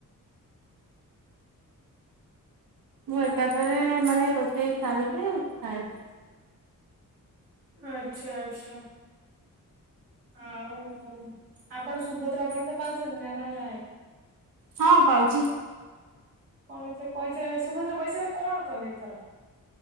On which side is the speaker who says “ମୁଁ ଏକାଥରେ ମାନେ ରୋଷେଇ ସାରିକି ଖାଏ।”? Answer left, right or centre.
Right